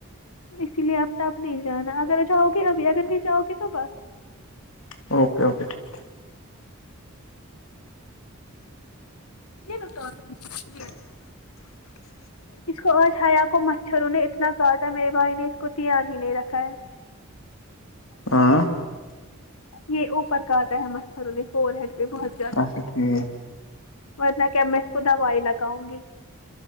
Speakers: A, on the left; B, on the left.
A: اسی لیے اب تا اب نہیں جانا اگر جاؤ گے ابھی اگر نہیں جاؤ گے تو بس
B: اوکے اوکے ٹھیک
A: <unintelligible>
B: <inaudible>
A: اس کو آج ہیا کو مچھروں نے اتنا کاٹا میرے بھائی نے اس کو دھیان ہی نہیں رکھا ہے
B: <inaudible> ہاں
A: یہ اوپر کاٹا ہے مچھروں فور ہیڈ پہ بہت زیادہ
B: اچھا ٹھیک
A: ورنہ کیا میں اس کو دوائی لگاؤں گی